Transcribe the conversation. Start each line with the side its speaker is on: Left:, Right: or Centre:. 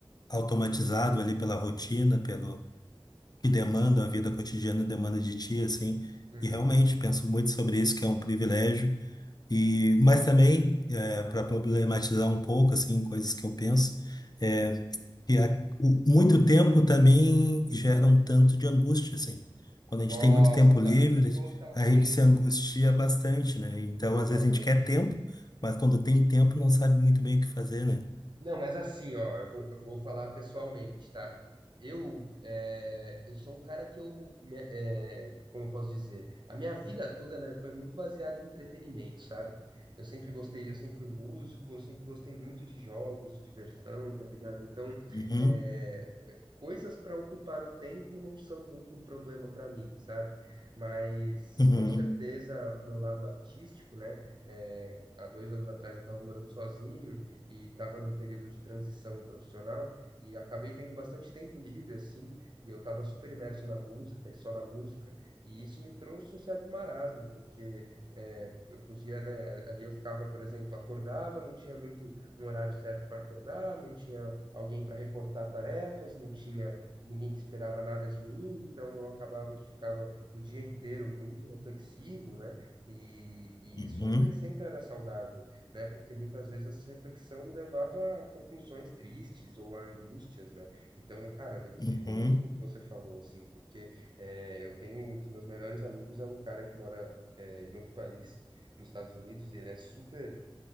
Left: automatizado ali pela rotina, pelo que demanda, a vida cotidiana demanda de ti, assim.
Right: Uhum.
Left: E realmente penso muito sobre isso, que é um privilégio. E, mas também, para problematizar um pouco, assim, coisas que eu penso, é que a- o, muito tempo também gera um tanto de angústia, assim. Quando
Right: Nossa,
Left: a gente tem muito tempo livre,
Right: totalmente,
Left: a gente se angustia
Right: velho.
Left: bastante, né? Então,
Right: Totalmente.
Left: às vezes a gente quer tempo, mas quando tem tempo não sabe muito bem o que fazer, né?
Right: Não, mas assim, ó, eu vou, eu vou falar pessoalmente, tá? Eu, é, eu sou um cara que eu, me- é, como eu posso dizer, a minha vida toda ela foi muito baseada em entretenimento, sabe? Eu sempre gostei, eu sempre fui músico, eu sempre gostei muito de jogos, de diversão, tá ligado? Então,
Left: Uhum,
Right: é, coisas para ocupar o tempo não são muito um problema para mim, sabe? Mas,
Left: uhum,
Right: com certeza, o meu lado artístico, né? É, há dois anos atrás eu estava morando sozinho, e estava num período de transição profissional e acabei tendo bastante tempo livre assim, e eu estava super imerso na música e só na música, e isso me trouxe um certo marasmo, porque é, eu podia, né, ali eu ficava, por exemplo, acordava, não tinha muito um horário certo para acordar, não tinha alguém para reportar tarefas, não tinha ninguém que esperava nada de mim, então eu acabava que ficava o dia inteiro muito reflexivo, né? E, e
Left: uhum,
Right: isso nem sempre era saudável né? Porque muitas vezes essa reflexão me levava a conclusões tristes ou a angústias, né? Então, cara, eu me identifico
Left: uhum,
Right: muito com o que você falou, assim, porque é, eu tenho um dos meus melhores amigos, é um cara que mora é, em outro país, nos Estados Unidos, e ele é super